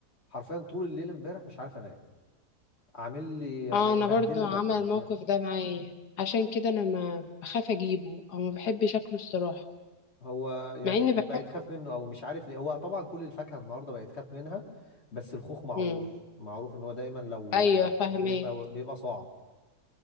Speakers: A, on the left; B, on the left.
A: حرفيا طول الليل امبارح مش عارف انام عامل لي يعني
B: اه انا
A: بهدل
B: برضو
A: لي بطني
B: عمل الموقف
A: م-
B: ده معايا عشان كده انا ما بخاف اجيبه او ما بحبش اكله الصراحة
A: هو يعني
B: مع اني بحب
A: بقيت خاف منه او مش عارف ليه هو طبعا كل الفاكهه النهارده بقيت خاف منها بس الخوخ معروف
B: امم
A: معروف ان هو دايما لو
B: ايوه فاهمة
A: بيبقى بيبقى صعب